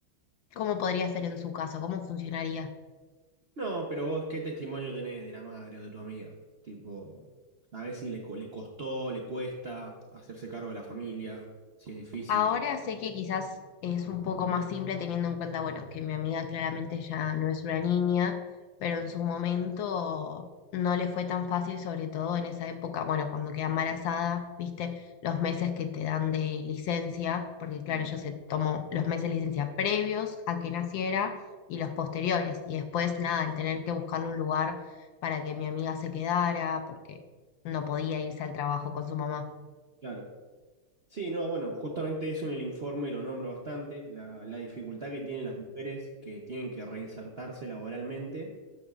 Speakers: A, on the left (about 70°); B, on the right (about 55°).
A: ¿Cómo podría ser en su caso? ¿Cómo funcionaría?
B: No, pero vos, ¿qué testimonio tenés de la madre o de tu amiga? Tipo, a ver si le, co- le costó, le cuesta hacerse cargo de la familia, si es difícil.
A: Ahora sé que quizás es un poco más simple teniendo en cuenta, bueno, que mi amiga claramente ya no es una niña, pero en su momento no le fue tan fácil, sobre todo en esa época, bueno, cuando queda embarazada, viste, los meses que te dan de licencia, porque claro,
B: Sí,
A: ella se tomó los meses de licencia previos a que naciera y los posteriores, y después nada, el tener que buscarle un lugar para que mi amiga se quedara, porque no podía irse al trabajo con su mamá.
B: claro. Sí, no, bueno, justamente eso en el informe lo nombro bastante, la, la dificultad que tienen las mujeres que tienen que reinsertarse laboralmente